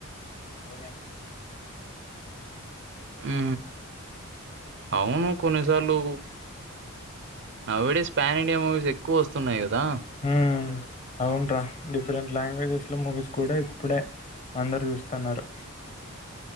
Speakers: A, on the left (about 35°); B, on the right (about 60°).
A: పో
B: ఊ అవును కొన్నిసాలు nowadays pan India movies ఎక్కువ వస్తున్నాయి కదా
A: మ్మ్ అవున్రా డిఫరెంట్ లాంగ్వేజెస్ లో మూవీస్ కూడ ఇప్పుడే అందరు చూస్తున్నారు